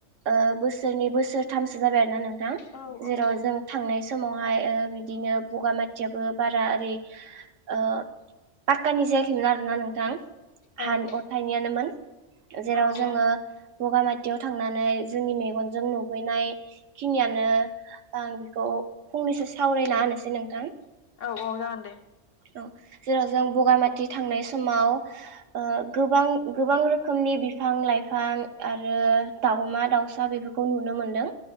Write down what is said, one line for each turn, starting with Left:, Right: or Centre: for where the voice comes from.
Right: ओ-बोसोरनि बोसोरथामसो जाबाय आरो ना नोंथ थां
Left: औ
Right: जेराव
Left: औ औ
Right: जों थांनाय समाव। <unintelligible> ओ-बिदिनो बगामाथियाबो बारा ओरै ओ-पाखकानि जायाखैमोन आरोना नोंथां।
Left: औ
Right: हान अथाइनियानोमोन। जेराव
Left: औ
Right: जोङो। बगामाथियाव थांनानै जोंनि मेगनजों नुुबैनाय। खिनियानो आं बेखौ फंनैसो सावरायना होनोसै नोंथां।
Left: औ औ जागोन दे।
Right: औ जेराव जों बगामाथि थांनाय समाव ओ-गोबां गोबां रोखोमनि बिफां लाइफां आरो दावमा दाउसा बेफोरखौ नुनो मोनदों।